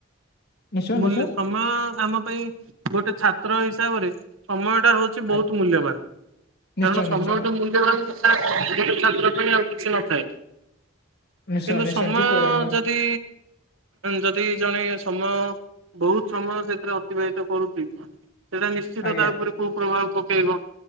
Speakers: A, on the left; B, on the right.
A: ନିଶ୍ଚୟ
B: ମୂଲ୍ୟ
A: ନିଶ୍ଚୟ
B: ସମୟ ଆମ ପାଇଁ ଗୋଟେ ଛାତ୍ର ହିସାବରେ ସମୟ ଟା ହଉଛି ବହୁତ
A: ଆଜ୍ଞା
B: ମୂଲ୍ୟବାନ
A: ନିଶ୍ଚୟ
B: କାରଣ ସମୟଠୁ
A: ନିଶ୍ଚୟ
B: ମୂଲ୍ୟବାନ ଛାତ୍ର ପାଇଁ ଆଉ କିଛି ନଥାଏ।
A: ନିଶ୍ଚୟ
B: କିନ୍ତୁ
A: ନିଶ୍ଚୟ
B: ସମୟ
A: ଠିକ କହିଲେ ଆଜ୍ଞା
B: ଯଦି ଯଦି ଜଣେ ସମୟ ବହୁତ ସମୟ ସେଥିରେ ଅତିବାହିତ କରୁଛି। ସେଇଟା ନିଶ୍ଚିତ
A: ଆଜ୍ଞା
B: ତା ଉପରେକୁ ପ୍ରଭାବ ପକେଇବ